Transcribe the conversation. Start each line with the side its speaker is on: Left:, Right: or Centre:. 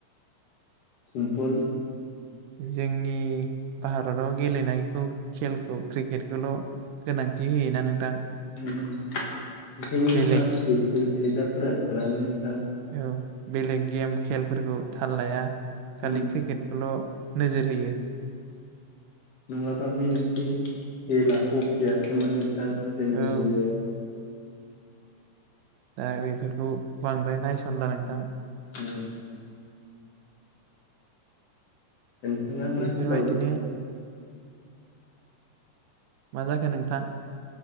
Left: फुटबल
Right: जोंनि भारताव गेलेनायखौ खेलखौ क्रिकेटखौल' गोनांथि होयोना नोंथां
Left: उम ओंखायनो
Right: बेलेग
Left: माखासे खेल गेलेग्राफोरा थालाङो नोंथां
Right: औ बेलेग गेम खेलफोरखौ थाल लाया खालि
Left: उम
Right: क्रिकेटखौल' नोजोर होयो
Left: नङाबा मेन खे खेला हकियासोमोन नोंथां जोंनि
Right: औ
Left: इण्डियाायाव
Right: दा बेफोरखौ बांद्राय नायसनला नोंथां
Left: उम नोंथाङा मा
Right: बेफोरबायदिनो
Left: खेलाव
Right: मा जाखो नोंथां